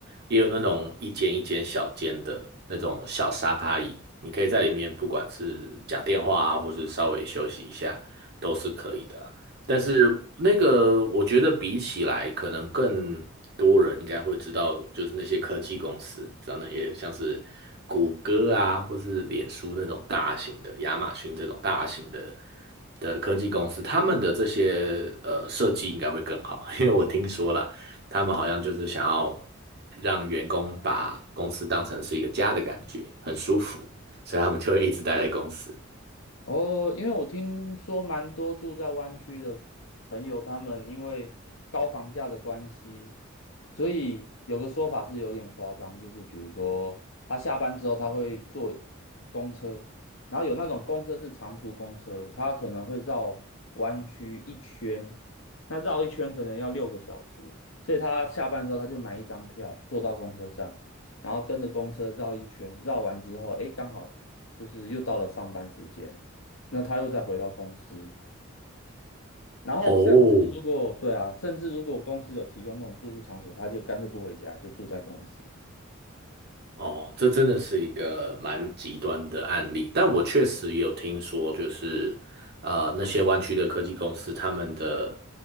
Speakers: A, on the right (about 50°); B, on the left (about 70°).
A: 也有那种一间一间小间的那种小沙发椅，你可以在里面不管是讲电话啊，或是稍微休息一下，都是可以的啦。但是那个，我觉得比起来，可能更多人应该会知道，就是那些科技公司，知道那些像是谷歌啊，或是脸书那种大型的，亚马逊这种大型的的科技公司，他们的这些呃设计应该会更好，<laughs> 因为我听说了，他们好像就是想要让员工把公司当成是一个家的感觉，很舒服，所以他们就会一直待在公司。
B: 哦，因为我听说蛮多住在湾区的朋友，他们因为高房价的关系，所以有个说法是有点夸张，就是比如说他下班之后他会坐公车，然后有那种公车是长途公车，他可能会绕湾区一圈，那绕一圈可能要六个小时，所以他下班之后他就买一张票坐到公车上，然后跟着公车绕一圈，绕完之后，诶，刚好就是又到了上班时间。那他又再回到公司，然后甚至如果对啊，
A: 哦，
B: 甚至如果公司有提供那种住宿场所，他就干脆不回家，就住在公司。
A: 哦，这真的是一个蛮极端的案例，但我确实有听说，就是呃，那些湾区的科技公司，他们的